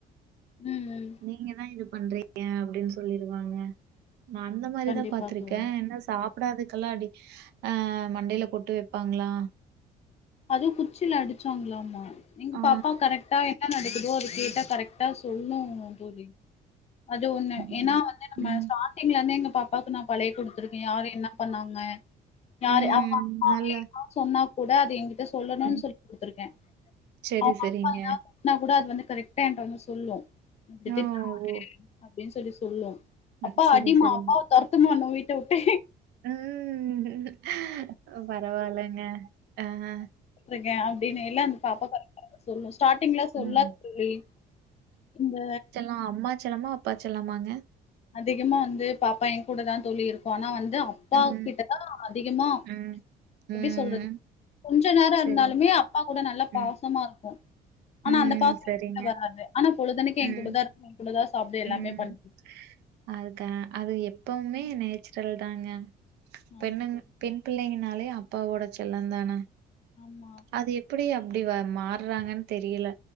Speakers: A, on the left; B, on the right.
A: ம் ம்
B: நீங்க தா இது பண்றீங்க அப்டின் சொல்லிருவாங்க நா அந்த மாரிதா
A: கண்டிப்பா
B: பாத்திருக்க
A: தோழி
B: என்னா சாப்டாதுக்கெல்லா அடி ஆ மண்டைல கொட்டு வப்பாங்ளா
A: அது குச்சில அடிச்சாங்களாமா எங்க
B: ஆ.
A: பாப்பா கரெக்டா என்ன நடந்து எதுவோ அத கேட்ட கரெக்டா சொல்லு தோழி அது ஒன்னு
B: ம்.
A: ஏன்னா வந்து நம்ம
B: ம்.
A: சட்டிங்கல இருந்தே எங்க பாப்பாவுக்கு நான் பழகி குடுத்துருக்கே யாரு என்ன பண்ணாங்க யாரு
B: ம்.
A: அவங்க அப்பாவே
B: நல்லா
A: எதாவது சொன்னா கூட அது எங் சொல்லணுன்னு
B: ம்.
A: சொல்லி் குடுத்துருக்கே
B: சரி,
A: அவங்க
B: சரிங்க.
A: அப்பா எதாவது திட்ணா கூட அது வந்து கரெக்டா ஏன்ட்ட வந்து சொல்லு இப்படி
B: ஓ!
A: திட்ணாறு
B: ஓ!
A: அப்டின்னு சொல்லி சொல்லும்
B: ம்.
A: அப்பாவ
B: சரி,
A: அடிமா
B: சரிங்க.
A: அப்பாவ தொரத்துமா நம்ம வீட்ட உட்டே
B: ம் அ பரவலாங்க ஆ ஹ
A: இருக்கே அப்டின்னு எல்லா அந்த பாப்பா சொல்லு ஸ்டாட்டிங்ல
B: ம்.
A: சொல்லாது தோழி இந்த
B: ஆ அம்மா செல்லமா அப்பா செல்லமாங்க
A: அதிகமா வந்து பாப்பா எங்கூட தா தோழி இருக்கு ஆனா வந்து அப்பாக்கிட்டதா
B: ம்.
A: அதிகமா
B: ம். ம்.
A: எப்டி சொல்றது கொஞ்சோ நேரோ இருந்தாலுமே
B: சரி.
A: அப்பா கூட நல்லா
B: ம்.
A: பாசமா இருக்கூ ஆனா
B: ம்.
A: அந்த பாசோ
B: சரிங்க.
A: எங்கிட்ட வராது ஆனா பொழுதன்னைக்கு
B: ம்.
A: என் கூடதா இருக்கு என் கூடதா சாப்புடும்
B: ம்.
A: எல்லாமே பண்ணு
B: அதுக்க அது எப்பவுமே நேச்சுரல் தாங்க
A: ஆமா
B: பெண்ணுனா
A: தோழி
B: பெண் பிள்ளைங்கனாலே அப்பாவோட செல்லந்தான
A: ஆமா ஆம்
B: அது எப்டி அப்டி மாறாங்கன்னு தெரியல